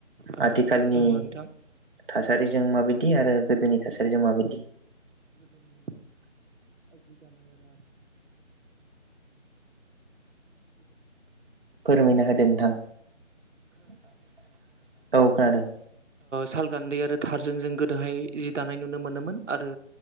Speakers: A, on the right; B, on the right.
A: ओ
B: आथिखालनि
A: दङ नोंथां
B: थासारिजों माबायदि दि आरो गोदोनि थासारिजों माबायदि
A: गोदोनि जि दानाय आरो आथिखालनि <inaudible>
B: फोरमायना होदो नोंथां औ खोनादों।
A: सालगान्दै आरो थारजों जों गोदोहाय जि दानाय नुनो मोनोमोन आरो